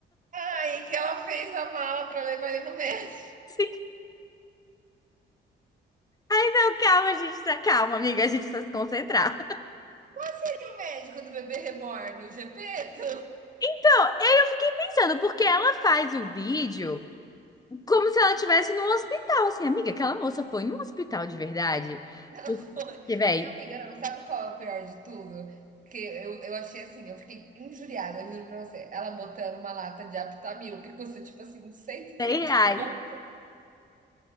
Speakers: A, on the right; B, on the left.
A: Ai, que ela fez a mala para levar ele no médico.
B: Sim, não, calma, gente, tá calma, amiga, a gente precisa se concentrar.
A: Qual seria o médico do bebê Reborn? O Gepeto?
B: Então, eu fiquei pensando, porque ela faz o vídeo como se ela estivesse num hospital, assim, amiga, aquela moça foi num hospital de verdade?
A: Ela
B: Porque,
A: foi.
B: véi,
A: E amiga, não, sabe qual é o pior de tudo? Que eu, eu achei assim, eu fiquei injuriada, eu juro pra você. Ela botando uma lata de Aptamil, que custa tipo assim, cento e
B: 100
A: trinta
B: reais.
A: conto,